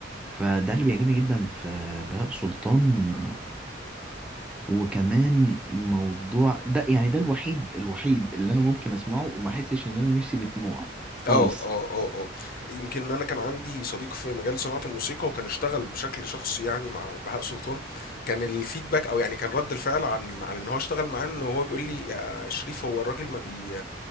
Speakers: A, in the centre; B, on the left (about 50°).
A: فده اللي بيعجبني جدا في بهاء سلطان وكمان موضوع ده يعني ده الوحيد الوحيد اللي انا ممكن اسمعه وما احسش ان انا نفسي بدموع
B: اه
A: خالص
B: اه اه اه يمكن انا كان عندي صديق في مجال صناعة الموسيقى وكان اشتغل بشكل شخصي يعني مع بهاء سلطان كان الفيدباك او يعني كان رد الفعل عن عن ان هو اشتغل معاه ان هو بيقول لي يا شريف هو الراجل ما بي